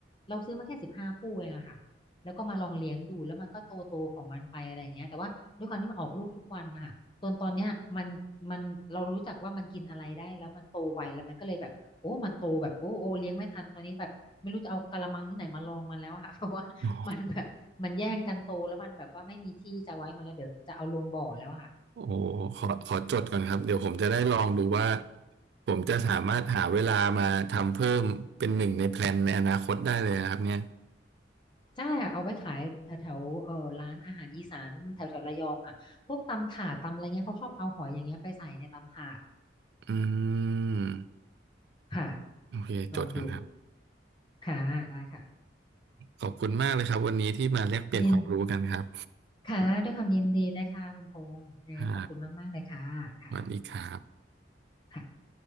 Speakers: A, on the left; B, on the right.
A: เราซื้อมาแค่สิบห้าคู่เองอะค่ะแล้วก็มาลองเลี้ยงดูแล้วมันก็โตโตของมันไปอะไรอย่างเงี้ยแต่ว่าด้วยความที่มันออกลูกทุกวันนะคะจนตอนเนี้ยมันมันเรารู้จักว่ามันกินอะไรได้แล้วมันโตไวแล้วมันก็เลยแบบโอ้มันโตแบบโอ้โอ้เลี้ยงไม่ทันตอนนี้แบบไม่รู้จะเอากะละมังที่ไหนมาลองมันแล้วอะค่ะ <laughs> เพราะว่ามันแบบมันแย่งกันโตแล้วมันแบบว่าไม่มีที่จะไว้มันแล้วเดี๋ยวจะเอาลงบ่อแล้วอะค่ะ
B: โอ้ โอ้โหขอขอจดก่อนครับเดี๋ยวผมจะได้ลองดูว่าผมจะสามารถหาเวลามาทำเพิ่มเป็นหนึ่งในแพลนในอนาคตได้เลยนะครับเนี่ย
A: จ้าเอาไว้ขายแถวแถวเออร้านอาหารอีสานแถวแถวระยองค่ะพวกตำถาดตำอะไรเงี้ยเขาชอบเอาหอยอย่างเงี้ยไปใส่ในตำถาด
B: อืม
A: ค่ะ
B: โอเคจดก่อนครับ
A: ลองดูค่ะได้ค่ะ
B: ขอบคุณมากเลยครับวันนี้ที่มาแลกเปลี่ยนความรู้กันครับ
A: ยินค่ะด้วยความยินดีเลยค่ะคุณพงษ์ยังไงขอบคุณมากๆเลยค่ะค่ะ
B: อ่าสวัสดีครับ
A: ค่ะ